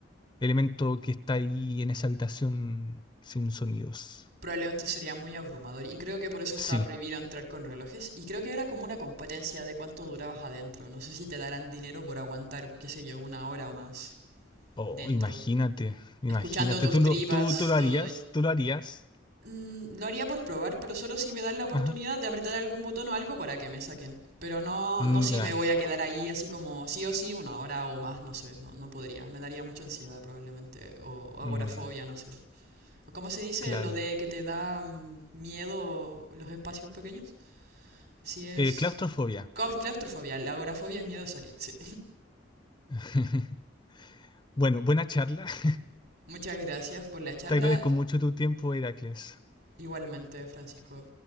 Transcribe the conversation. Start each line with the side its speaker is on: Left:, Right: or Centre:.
Left: elemento que está ahí en esa habitación sin sonidos.
Right: Probablemente sería muy abrumador y creo que por eso estaba
Left: Sí.
Right: prohibido entrar con relojes y creo que era como una competencia de cuánto durabas adentro. No sé si te darán dinero por aguantar, qué sé yo, una hora o más
Left: Oh,
Right: adentro,
Left: imagínate, imagínate.
Right: escuchando tus
Left: ¿Tú
Right: tripas,
Left: lo, tú, tú lo
Right: todo.
Left: harías?
Right: y-
Left: ¿Tú lo harías?
Right: Mm, lo haría por probar, pero solo si me dan la oportunidad
Left: Ajá.
Right: de apretar algún botón o algo para que me saquen. Pero no,
Left: Mm,
Right: no si
Left: Ya.
Right: me voy a quedar ahí así como sí o sí una hora o más, no sé, no, no podría. Me daría mucha ansiedad probablemente o agorafobia,
Left: Mm,
Right: no sé. ¿Cómo se dice
Left: claro.
Right: lo de que te da mm, miedo los espacios pequeños? Si es...
Left: Eh, claustrofobia.
Right: cau- Claustrofobia, la agorafobia es miedo a salir, sí.
Left: <laughs> Bueno, buena charla. <laughs>
Right: <laughs> Muchas gracias por la charla.
Left: Te agradezco mucho tu tiempo, Heracles.
Right: Igualmente, Francisco.